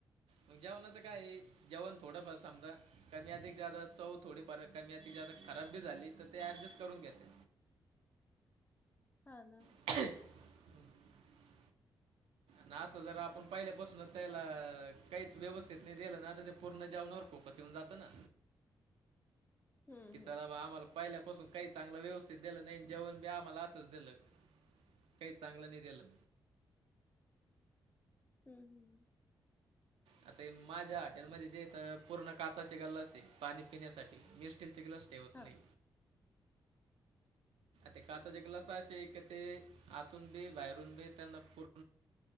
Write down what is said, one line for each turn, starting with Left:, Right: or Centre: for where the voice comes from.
Right: मग जेवणाचं काय आहे, जेवण थोडंफार समजा कमी अधिक जादा चव थोडीफार कमी अधिक जादा खराब बी झाली तर ते ऍडजस्ट करून घेते.
Left: काय लं.
Right: <unintelligible> ना असं जरा आपण पहिल्यापासूनच त्याला, काहीच व्यवस्थित नाही गेलं ना आता ते पूर्ण जालना वर फोकस येऊन जातं ना.
Left: हम्म
Right: कि चला
Left: हम्म
Right: बा आम्हाला पहिल्यापासून काही चांगलं व्यवस्थित दिलं नाही. जेवण बी आम्हाला असंच दिलं. काही चांगलं नाही दिलं.
Left: हम्म हम्म.
Right: आता माझ्या हॉटेलमध्ये जेथ पूर्ण काचचे ग्लास आहे, पाणी पिण्यासाठी मी स्टीलचे ग्लास. ते होत
Left: हा
Right: नाही. ते काचचे जे ग्लास असे ते, आतून बी बाहेरून बी त्यांना पूर्ण.